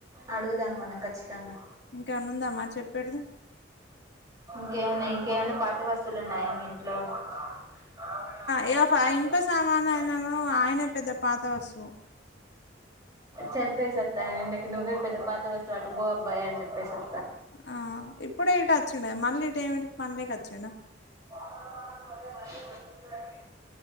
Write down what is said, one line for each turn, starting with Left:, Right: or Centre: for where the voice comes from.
Right: అడుగుదాం మనం ఖచ్చితంగా
Left: ఇంకేమన్నా ఉందా మరి చెప్పేటిది
Right: ఇంకేమున్నయ్ ఇంకేమన్నా పాత వస్తువులు ఉన్నాయా మీ ఇంట్లో <unintelligible>
Left: ఇగ ఇనుప సామాను ఆయనను ఆ ఆయనే పెద్ద పాత వస్తువు
Right: చెప్పేసి వస్తా నీకు నువ్వే పెద్ద పాత వస్తువు అటు పో అబ్బాయి అని చెప్పేస్తా
Left: ఆ ఇప్పుడే ఇటు అచ్చిండే మళ్ళీ ఇటు ఏమిటికి పనిలేక వచ్చిండా
Right: పాత సామాన్ బండి మళ్ళీ వచ్చిందండి